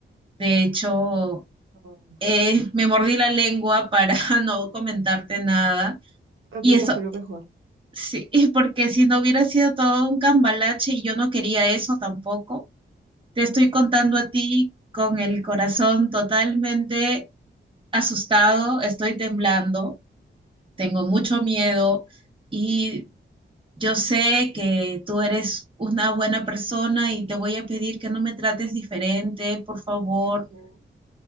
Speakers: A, on the right (about 25°); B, on the right (about 80°).
A: De hecho,
B: no,
A: eh, me mordí la lengua para <laughs> no comentarte nada.
B: Amiga,
A: Y eso,
B: fue lo mejor.
A: sí, <laughs> porque si no hubiera sido todo un cambalache y yo no quería eso tampoco, Te estoy contando a ti con el corazón totalmente asustado, estoy temblando, tengo mucho miedo y yo sé que tú eres una buena persona y te voy a pedir que no me trates diferente, por favor.
B: No.